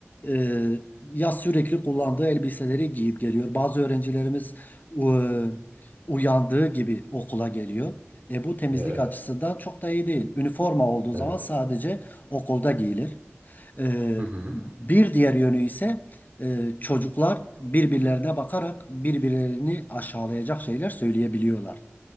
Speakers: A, on the left; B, on the right.
A: e, ya sürekli kullandığı elbiseleri giyip geliyor. Bazı öğrencilerimiz e, uyandığı gibi okula geliyor. E, bu temizlik
B: Evet,
A: açısı da çok da iyi değil. Üniforma olduğu zaman
B: evet.
A: sadece okulda giyilir. E,
B: Hı hı.
A: bir diğer yönü ise e, çocuklar birbirlerine bakarak birbirlerini aşağılayacak şeyler söyleyebiliyorlar.